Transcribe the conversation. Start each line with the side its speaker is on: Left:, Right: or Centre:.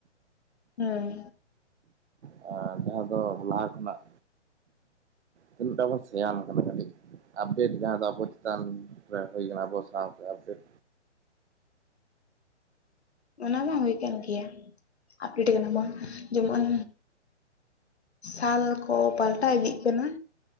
Left: ᱦᱮᱸ
Right: ᱡᱟᱦᱟᱸ ᱫᱚ ᱞᱟᱦᱟ ᱠᱷᱚᱱᱟᱜ ᱛᱤᱱᱟᱹᱜ ᱴᱟᱜ ᱵᱚᱱ ᱥᱮᱭᱟᱱ ᱟᱠᱟᱱᱟ ᱠᱟᱴᱤᱡ ᱟᱯᱰᱮᱴ ᱡᱟᱦᱟᱸ ᱫᱚ ᱟᱵᱚ ᱪᱮᱛᱟᱱ ᱦᱩᱭ ᱟᱠᱟᱱᱟ ᱟᱵᱚ ᱥᱟᱶᱛᱮ ᱟᱯᱰᱮᱴ
Left: ᱚᱱᱟ ᱢᱟ ᱦᱩᱭ ᱟᱠᱟᱱ ᱜᱮᱭᱟ ᱟᱯᱰᱮᱴ ᱠᱟᱱᱟ ᱵᱚᱱ ᱡᱮᱢᱚᱱ ᱥᱟᱞ ᱠᱚ ᱯᱟᱞᱴᱟᱣ ᱤᱫᱤᱜ ᱠᱟᱱᱟ